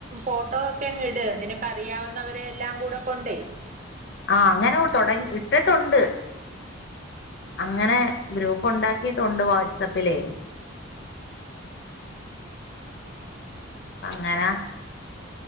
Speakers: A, on the right; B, on the left.
A: ഫോട്ടോ ഒക്കെ അങ് ഇട് നിനാക്ക് അറിയാവുന്നവരെ എല്ലാം കൂടെ കൊണ്ടേ
B: ആഹ് അങ്ങനെ തൊടങ്ങി ഇട്ടിട്ടുണ്ട്. ങ്ങനെ ഗ്രൂപ്പുണ്ടാക്കിയിട്ടുണ്ട് വാട്സപ്പിലേ അങ്ങനെ